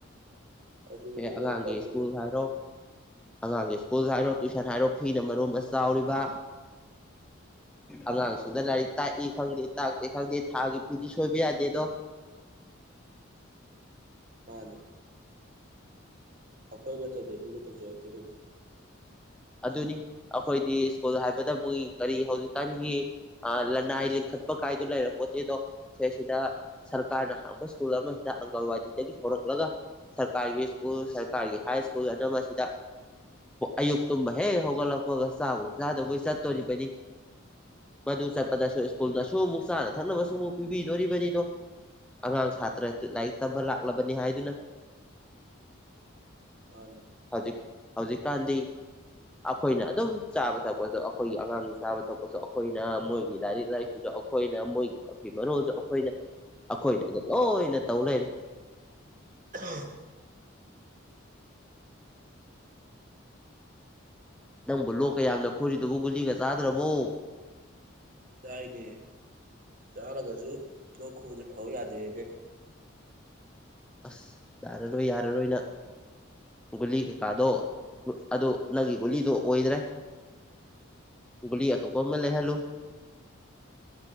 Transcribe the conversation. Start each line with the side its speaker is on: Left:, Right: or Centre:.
Right: ꯑꯗꯨꯗꯤ
Centre: <unintelligible> ꯑꯉꯥꯡꯒꯤ
Right: ꯂꯥꯏꯔꯤꯛ ꯇꯝꯕꯗ
Centre: ꯁ꯭ꯀꯨꯜ ꯍꯥꯏꯔꯣ ꯑꯉꯥꯡꯒꯤ ꯁ꯭ꯀꯨꯜ ꯍꯥꯏꯔꯣ ꯇꯨꯏꯁꯟ ꯍꯥꯏꯔꯣ ꯐꯤꯅ ꯃꯔꯣꯝ ꯑꯃ ꯆꯥꯎꯔꯤꯕ ꯑꯉꯥꯡꯁꯤꯡꯗ ꯂꯥꯏꯔꯤꯛ ꯇꯥꯛꯏ ꯈꯪꯗꯦ ꯇꯥꯛꯇꯦ ꯈꯪꯗꯦ ꯊꯥꯒꯤ ꯐꯤꯗꯤ ꯁꯣꯏꯕ ꯌꯥꯗꯦꯗꯣ
Right: ꯃꯥꯅꯤ ꯑꯈꯣꯏ ꯃꯇꯝꯗ ꯑꯗꯨꯒ ꯇꯧꯖꯔꯛꯇꯦ ꯑꯈꯣꯏꯗꯤ
Centre: ꯑꯗꯨꯅꯤ ꯑꯈꯣꯏꯗꯤ ꯁ꯭ꯀꯨꯜ ꯍꯥꯏꯕꯗꯕꯨꯏ ꯀꯔꯤ ꯍꯧꯖꯤꯛꯀꯥꯟꯒꯤ ꯑ ꯂꯅꯥꯏ ꯂꯤꯡꯈꯠꯄ ꯀꯥꯏꯗꯣ ꯂꯩꯔꯛꯄꯣꯠꯇꯦꯗꯣ ꯁꯦ ꯁꯤꯗ ꯁꯔꯀꯥꯔꯅ ꯍꯥꯡꯕ ꯁ꯭ꯀꯨꯜ ꯑꯃꯁꯤꯗ ꯑꯪꯒꯜꯋꯥꯗꯤꯗꯒꯤ ꯍꯣꯔꯛꯂꯒ ꯁꯔꯀꯥꯔꯒꯤ ꯁ꯭ꯀꯨꯜ ꯁꯔꯀꯥꯔꯒꯤ ꯍꯥꯏ ꯁ꯭ꯀꯨꯜ ꯑꯅꯝꯃꯥ ꯑꯁꯤꯗ ꯑꯌꯨꯛ ꯇꯨꯝꯕ ꯍꯦꯛ ꯍꯧꯒꯠꯂꯛꯄꯒ ꯆꯥꯕꯣꯏ ꯆꯥꯗꯕꯣꯏ ꯆꯠꯇꯣꯔꯤꯕꯅꯤ ꯃꯗꯨ ꯆꯠꯄꯗꯁꯨ ꯁ꯭ꯀꯨꯜꯅꯁꯨ ꯑꯃꯨꯛ ꯆꯥꯅ ꯊꯛꯅꯕꯁꯨ ꯑꯃꯨꯛ ꯄꯤꯕꯤꯗꯣꯔꯤꯕꯅꯤꯗꯣ ꯑꯉꯥꯡ ꯁꯥꯇ꯭ꯔ ꯂꯥꯏꯔꯤꯛ ꯇꯝꯕ ꯂꯥꯛꯂꯕꯅꯤ ꯍꯥꯏꯗꯨꯅ
Right: ꯃꯥꯅꯤ
Centre: ꯍꯧꯖꯤꯛ ꯍꯧꯖꯤꯛꯀꯥꯟꯗꯤ ꯑꯈꯣꯏꯅ ꯑꯗꯨꯝ ꯆꯥꯕ ꯊꯛꯄꯁꯨ ꯑꯈꯣꯏꯒꯤ ꯑꯉꯥꯡꯒꯤ ꯆꯥꯕ ꯊꯛꯄꯁꯨ ꯑꯈꯣꯏꯅ ꯃꯣꯏꯒꯤ ꯂꯥꯏꯔꯤꯛ ꯂꯥꯏꯁꯨꯗ ꯑꯛ ꯑꯩꯈꯣꯏꯅ ꯃꯣꯏꯒꯤ ꯃꯐꯤ ꯃꯔꯣꯜꯖꯨ ꯑꯩꯈꯣꯏꯅ ꯑꯩꯈꯣꯏꯅꯗ ꯂꯣꯏꯅ ꯇꯧ ꯂꯩꯔꯦ
Right: <unintelligible>
Centre: ꯅꯪꯕꯨ ꯂꯣꯛꯀ ꯌꯥꯝꯅ ꯈꯨꯔꯤꯗꯨꯕꯨ ꯒꯨꯂꯤꯒ ꯆꯥꯗ꯭ꯔꯕꯣ
Right: ꯆꯥꯏꯅꯦ ꯆꯥꯔꯒꯖꯨ ꯂꯣꯛ ꯈꯨꯕꯖꯦ ꯐꯧ ꯌꯥꯗꯦꯅꯦ
Centre: ꯑꯁ ꯌꯥꯔꯔꯣꯏ ꯌꯥꯔꯔꯣꯏ ꯅꯪ ꯒꯨꯂꯤ ꯀꯩꯀꯥꯗꯣ ꯎꯠ ꯑꯗꯨ ꯅꯪꯒꯤ ꯒꯨꯂꯤꯗꯣ ꯑꯣꯏꯗ꯭ꯔꯦ
Right: ꯎꯝ
Centre: ꯒꯨꯂꯤ ꯑꯇꯣꯞꯄ ꯑꯃ ꯂꯩꯍꯜꯂꯨ